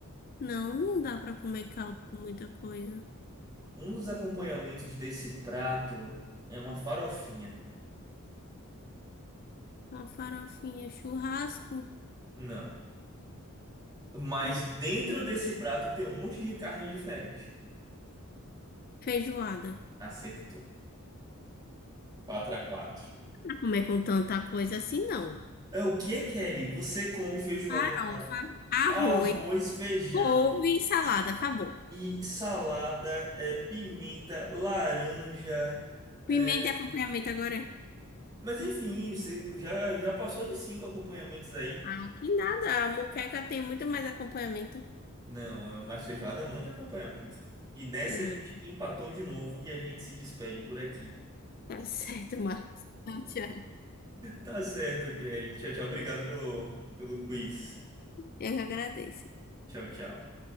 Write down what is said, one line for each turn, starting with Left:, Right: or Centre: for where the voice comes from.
Left: Não, não dá pra comer caldo com muita coisa.
Right: Um dos acompanhamentos desse prato é uma farofinha.
Left: Uma farofinha, churrasco,
Right: Não. Mas
Left: né?
Right: dentro desse prato tem um monte de carne diferente.
Left: Feijoada.
Right: Acertou. 4 a 4.
Left: Não dá pra comer com tanta coisa assim, não.
Right: É o que, Kelly? Você come feijoada,
Left: Farofa, arroz,
Right: arroz, feijão
Left: couve e salada. Acabou.
Right: e salada, é, pimenta, laranja. é,
Left: Pimenta e acompanhamento agora é.
Right: Mas enfim, você já, já passou de cinco acompanhamentos aí.
Left: Ah, que nada. A moqueca tem muito mais acompanhamento.
Right: Não, é- mas feijoada é um monte de acompanhamento. E nessa
Left: Não.
Right: a gente empatou de novo e a gente se despede por aqui.
Left: Tá <laughs> certo, Marcos. Então, tchau.
Right: Tá certo, Kelly. Tchau, tchau. Obrigado pelo, pelo quiz.
Left: Eu que agradeço.
Right: Tchau, tchau.